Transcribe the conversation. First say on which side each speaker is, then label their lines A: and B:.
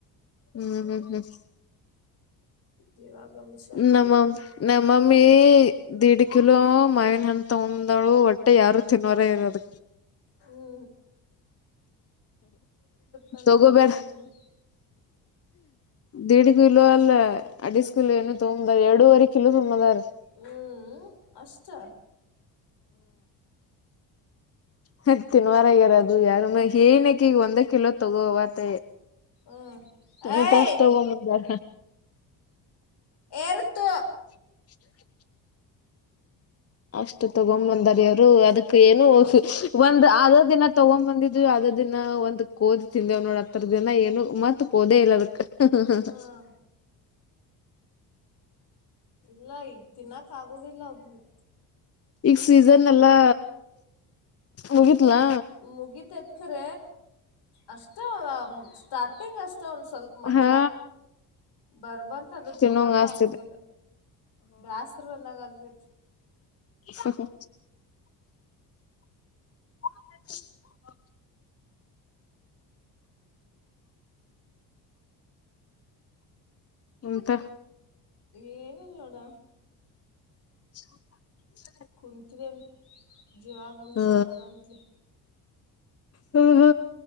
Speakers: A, on the left (about 30°); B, on the left (about 60°).
A: ಹ್ಮ್ ಹ್ಮ್ ಹ್ಮ್
B: ಜೀವಾಗಂಶ ಅಂತೂ
A: ನಮ್ಮಾಮ ನಮ್ಮಮ್ಮಿ ದಿಡ್ ಕಿಲೋ ಮವನ್ ಅ ತಗಂದಾಳು ಹೊಟ್ಟೆ ಯಾರು ತಿನ್ವರ ಇರದ
B: ಹ್ಮ ತಂದಾರ
A: ಸಗೋಬೇಡ
B: ದೇಡ್ ಕಿಲೋ
A: ದಡಿಗ ಕಲೋ ಅಲ್ಲ ಅಡಿಸ ಕಿಲೋಏನು ತಂಬುದ ಎರೂವರೆ ಕಿತುಂಬದಾರೆ
B: ಹ್ಮ್ ಅಷ್ಟ
A: ಹ್ಮ್ ತಿನ್ವಾರಗ್ಯಾರದು ಯಾರ ಏನಕ್ಕೆ ಈಗ ಒಂದೇ ಕಿಲೋ ತಗೋವತ್ತ
B: ಹ್ಮ್ ಏಯ್
A: ಎದಷ್ಟತ ಒಮ್ಮ
B: ಎರ್ತ
A: <unintelligible> ಅಷ್ಟು ತಗೊ ಬಂದಾರ ಅವರು ಅದಕ್ ಏನು ಒಂದ್ ಅ ದಿನ ತಗೊ ಬಂದಿದ್ ಅ ಹ ದಿನ ಒಂದ್ ಕೋದಿ ತಿಂದವ್ ನೋಡ ಹತ್ತರ ದಿನ ಏನು ಮತ್ತತ್ ಕೋದೆ ಇಲ್ಲದಕ್ ಹ ಹ ಹ
B: ಹ್ಮ್ ಇಲ್ಲ ಈಗ ತಿನ್ನಾಕ್ ಆಗುದಿಲ್ಲ ಅದನ್ನ
A: ಈಗ ಸೀಸನ್ ಎಲ್ಲಾ ಮುಗಿತ್ಲಾ
B: ಮುಗಿತತ್ಖರ ಅಷ್ಟ ಸ್ಟಾರ್ಟಿಂಗ್ ಅಷ್ಟ ಒಂದ್ ಸ್ವಲ್ಪ ಮಜ್ಜ
A: ಹಾ
B: ಬರ್ಬರ್ ಅದ
A: ತಿನ್ನೋಂಗ
B: ತಿನ್ನಾಕ
A: ಆಸ್ತಿದೆ
B: ಆಗುದಿಲ್ಲ ಬೇಸ್ರು ಬಂದಾಗ ಆಗೈತಿ
A: ಹ ಹ <unintelligible> ಇಂತ
B: ಏನಲ್ಲೋಡ
A: <unintelligible>
B: ಕುತ್ವ ಜೀವಾಗಮ
A: ಹ
B: ಸ್ತನಂತಲಿ
A: ಹ್ಮ ಹ್ಮ